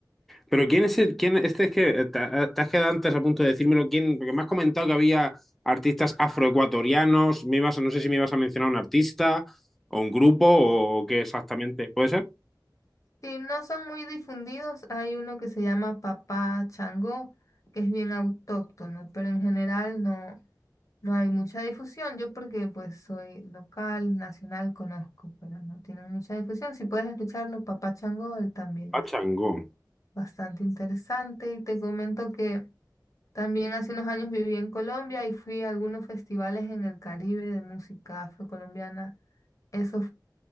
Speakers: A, in the centre; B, on the left (about 45°).
A: Pero ¿quién es el, quién, este es que eh, te, eh, te has quedado antes a punto de decírmelo, quién, porque me has comentado que había artistas afroecuatorianos, me ibas, a- no sé si me ibas a mencionar un artista o un grupo o, o qué exactamente. ¿Puede ser?
B: Sí, no son muy difundidos. Hay uno que se llama Papá Changó, que es bien autóctono, pero en general no, no hay mucha difusión. Yo porque pues soy local, nacional, conozco, pero no tienen mucha difusión. Si puedes escucharlo, Papá Changó, él también
A: Pachangón.
B: es bastante interesante. Y te comento que también hace unos años viví en Colombia y fui a algunos festivales en el Caribe de música afrocolombiana. Eso